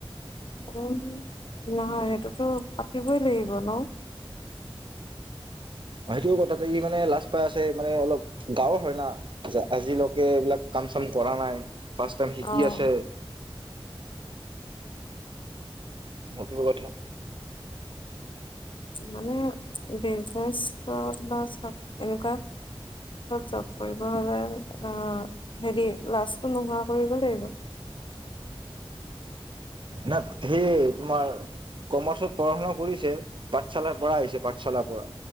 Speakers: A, on the left (about 60°); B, on the right (about 55°).
A: উ নহয় সেইটো। টো পাতিবই লাগিব ন।
B: সেইটো কথাটো ই মানে লাজ পাই আছে মানে অলপ গৱৰ হয় না আজিলৈকে এইবিলাক। চাম কৰা নাই ফাৰ্ষ ট শিকি
A: অ'।
B: আছে। সেইটোৱেই কথা।
A: মানে বিজনেত বা এনেকুৱা। চব কৰিব হলে অ হেৰি লাষ্টটো নোহোৱা কৰিব লাগিব।
B: ন সেই তোমাৰ? কমাৰ্চত পঢ়া শুনা কৰিছে পাঠশালাৰ পৰা আহিছে পাঠশালাৰ পৰা।